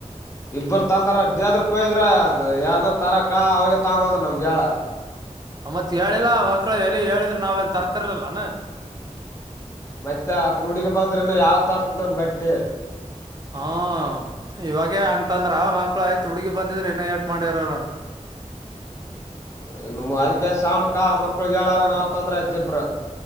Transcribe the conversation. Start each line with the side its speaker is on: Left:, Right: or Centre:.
Left: ಇಬ್ಬರು ತಂದಾರ ಅಡ್ಡಾದ್ರ ಕೊಯ್ದ್ರ ಯಾವ್ದ ತರಕ ಅವಗೆ ತಗಂದ್ರ ನಮ್ಗೆ ಹೇಳಾರ
Right: ಮತ್ ಹೇಳಿಲ್ಲಾ ಮಕ್ಕಳು ಎಲ್ಲಿ ಹೇಳಿದ್ರರು ನಾವ ನ್ ತರ್ತಿರ್ಲಿಲ್ಲಾನ
Left: ಮತ್ತೆ ಆತ ಹುಡಗ ಬಂದ್ರನ ಯಾವ ತರ್ತ್ ನನ್ ಬಟ್ಟೆ
Right: ಹಾ ಇವಾಗೇ ಹಂಗತಂದ್ರ ಮಕ್ಳು ಆಯ್ತು ಹುಡ್ಗಿ ಬಂದಿದ್ರೆ ಇನ್ನ ಏಟ್ು ಮಾಡ್ಯರರನ್
Left: ಹ್ಮ ಇನ್ನು ಅದಕ್ಕೆ ಸಾವಣಕ ಮಕ್ಳಗ್ ಹೇಳಾರ ನಾವ ತೊಂದ್ರ ಐತಿ ಇಬ್್ರ